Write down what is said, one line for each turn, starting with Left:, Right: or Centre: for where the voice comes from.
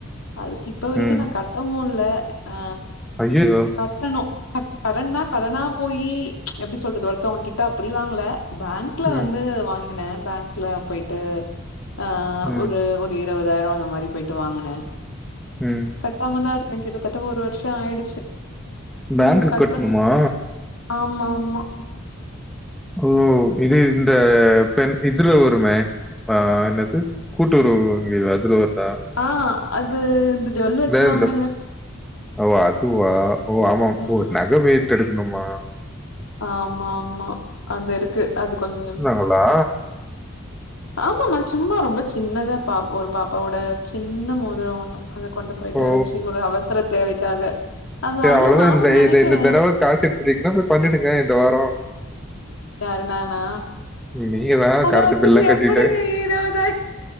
Left: அதுக்கு இப்ப வரைக்கு
Centre: ம்
Left: நா கட்டவு இல்ல அ
Centre: ஐயயோ
Left: கட்டணு <unintelligible> கடன்னா கடனா போயி எப்டி சொல்றது ஒருத்தவுங்க கிட்ட அப்டி வாங்கல பேங்க் க்ல
Centre: ம்
Left: வந்து வாங்கன பேங்க்ல போய்ட்டு அ
Centre: ம்
Left: ஒரு ஒர்த் இருவதாயிரோ அந்த மாரி போயிட்டு வாங்குனே
Centre: ம்
Left: டாமதா இருக்கே கிட்டத்தட்ட ஒரு வருஷோ ஆயிடுச்சு ன்னது
Centre: பேங்க்கு
Left: கட்டணு
Centre: கட்ணுமா
Left: ஆமா ஆமா
Centre: ஓ இது இந்த பெண் இதுல வருமே அ என்னது கூட்டுறவு வங்கி அதுல வருதா
Left: அ அது இந்த ஜுவல் வெச்ச
Centre: இந்த
Left: வாங்கனங்க
Centre: இந்த ஓ அதுவா ஓ ஆமா
Left: ம்.
Centre: ஓ நக வெய்ட்டெடுக்கணுமா
Left: ஆமாம்மா அந்தேருக்கு அது கொஞ்சம்
Centre: ஹலோ
Left: ஆமாம்மா சும்மா ரொம்ப சின்னதா பாப் ஒரு பாப்பாவோட சின்ன மோதுரோ ஒண்ணு அத கொண்டு போயிட்டு
Centre: ஓ
Left: வெச்சு ஒரு அவசர தேவைக்காக அது
Centre: சே
Left: ஆனா
Centre: அவ்வளதா
Left: நானும்
Centre: இந்த
Left: நெனைக்கிறேன்
Centre: இந்த தடவ காசு எடுத்துட்டீங்னா போய் பண்ணிடுங்க இந்த வாரோ
Left: யாரு நானா
Centre: நீங்க தான்
Left: அத
Centre: கரண்ட்
Left: வெச்சுட்டு
Centre: பில்லாம் கட்டிட்டு
Left: எப்பிடிங்க இருவதாய்